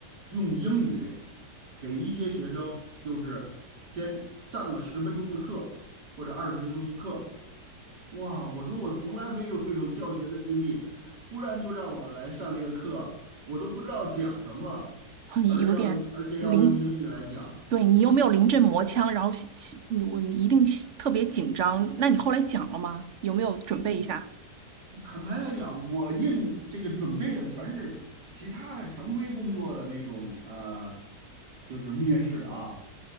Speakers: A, on the right (about 80°); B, on the right (about 50°).
A: 用英语给一些学生，就是先上个十分钟的课或者二十分钟的课。哇，我说我从来没有这种教学的经历，忽然就让我来上这个课，我都不知道讲什么，
B: 哼有点临，
A: 而要而且要用英语来讲。
B: 对你又没有临阵磨枪，然后心心你我一定心特别紧张。那你后来讲了吗？有没有准备一下？
A: 我坦白来讲，我应这个准备的全是其他的常规工作的那种呃，就是面试啊。